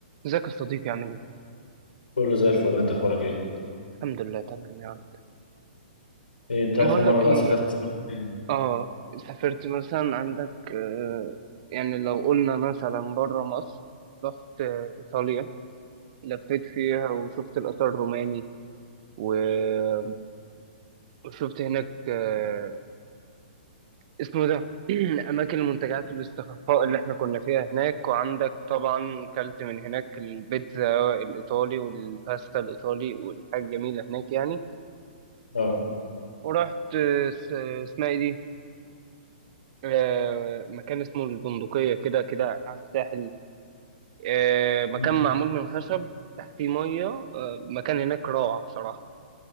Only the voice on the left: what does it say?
كله زي الفل انت اخبارك ايه؟
ايه انت اخر
مره
بقى
سافرت سافرت فين؟
اه
مم.